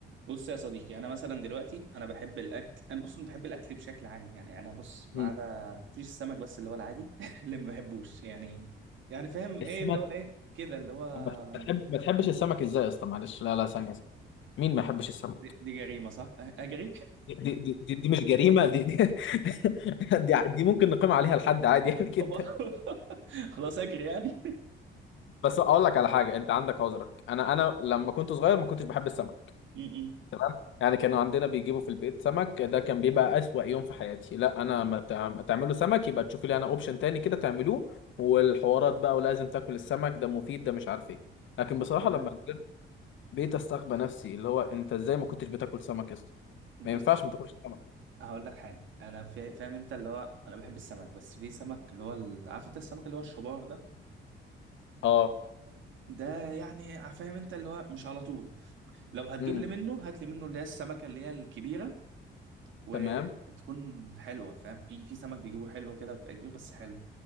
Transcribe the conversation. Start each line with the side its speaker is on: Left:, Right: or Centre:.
Right: بص يا صديقي انا مثلا دلوقتي انا بحب الاكل انا بص أنا بحب الاكل بشكل عام يعني انا بص ما
Left: مم.
Right: عدا مفيش السمك بس اللي هو العادي <laughs> اللي ما بحبوش يعني يعني فاهم
Left: السمك
Right: ايه اللي هو ايه كده اللي هو
Left: ما تحب... ما تحبش السمك ازاي يا اسطى معلش لا لا ثانيه ثانية. مين ما يحبش السمك
Right: دي, دي جريمه صح أ- اجري
Left: دي دي دي, دي دي مش جريمه دي دي, <laughs> دي دي ممكن نقيم عليها لحد عادي
Right: <laughs>
Left: يعني كده
Right: طب <laughs> خلاص اجري يعني
Left: بس اقول لك على حاجه انت عندك عذرك انا انا لما كنت صغير ما كنتش بحب السمك
Right: <laughs> م-م.
Left: تمام يعني كانوا عندنا بيجيبوا في البيت سمك ده كان بيبقى اسوأ يوم في حياتي لا انا ما تع- ما تعملوا سمك يبقى تشوفي لي انا اوبشن تاني كده تعملوه والحوارات بقى ولازم تاكل السمك ده مفيد ده مش عارف ايه لكن
Right: هو
Left: بصراحه
Right: ده
Left: لما بقيت استغبى نفسي اللي هو انت ازاي ما كنتش بتاكل سمك يا اسطى
Right: بص
Left: ما ينفعش ما تاكلش سمك
Right: هقول لك حاجه انا فا- فاهم انت اللي هو انا بحب السمك بس في سمك اللي هو ال- عارف انت السمك اللي هو الشبار ده
Left: اه
Right: ده يعني فاهم انت اللي هو مش على طول لو هتجيب
Left: امم
Right: لي منه هات لي منه اللي هي السمكه اللي هي الكبيره وتكون
Left: تمام
Right: حلوه فاهم في في سمك بيجيبوه حلو كده بيبقى كبير بس حلو